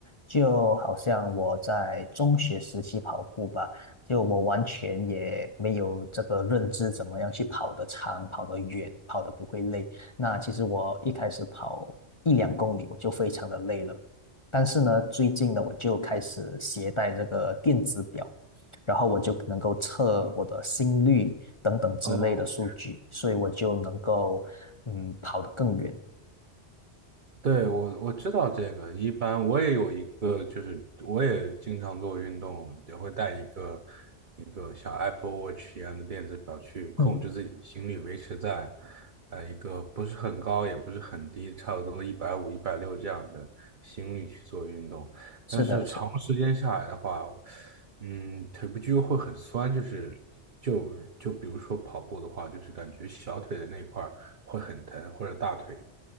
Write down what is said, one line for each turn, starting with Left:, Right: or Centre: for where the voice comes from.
Left: 就好像我在中学时期跑步吧，就我完全也没有这个认知，怎么样去跑得长、跑得远、跑得不会累。那其实我一开始跑一两公里，我就非常的累了。但是呢，最近呢，我就开始携带这个电子表，然后我就能够测我的心率等等之类的数据，
Right: 哦，
Left: 所以我就能够嗯跑得更远。
Right: 对，我我知道这个，一般我也有一个，就是我也经常做运动，也会带一个一个像 Apple Watch 一样的电子表去控制自己心率，
Left: 嗯，
Right: 维持在呃一个不是很高也不是很低，差不多一百五、一百六这样的心率去做运动。
Left: 是的，
Right: 但是长时间下来的话，
Left: 是的
Right: 嗯，腿部肌肉会很酸，就是就就比如说跑步的话，就是感觉小腿的那块儿会很疼，或者大腿。